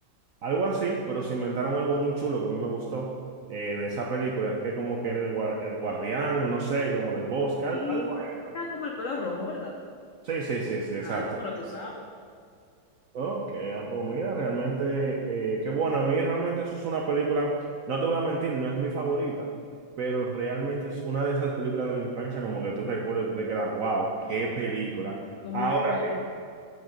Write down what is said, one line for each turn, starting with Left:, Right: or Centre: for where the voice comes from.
Right: Algo así, pero se inventaron algo muy chulo que a mí me gustó eh, de esa película. Es que como que era el, gua- el guardián, no sé, como del bosque,
Left: Y
Right: al- algo ahí raro.
Left: era como el pelo rojo, ¿verdad?
Right: Sí, sí, sí, sí, exacto.
Left: Ah, no, pero tú sabes,
Right: Ok, ah, pues mira, realmente, eh, qué bueno. A mí realmente eso es una película, no te voy a mentir, no es mi favorita, pero realmente es una de esas películas de la infancia como que tú recuerdas y tú te quedas, wow, qué película.
Left: con
Right: Ahora
Left: mucho cariño.
Right: bien,